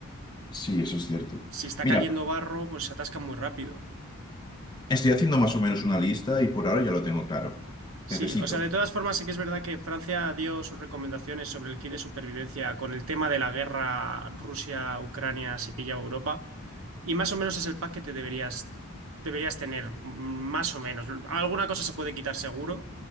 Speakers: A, on the left (about 20°); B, on the right (about 65°).
A: Sí, eso es cierto.
B: Si está
A: Mira,
B: cayendo barro, pues se atascan muy rápido.
A: estoy haciendo más o menos una lista y por ahora ya lo tengo claro.
B: Sí,
A: Necesito.
B: o sea, de todas formas sí que es verdad que Francia dio sus recomendaciones sobre el kit de supervivencia con el tema de la guerra Rusia-Ucrania si pillaba Europa y más o menos es el pack que te deberías, deberías tener, mm, más o menos. Alguna cosa se puede quitar seguro.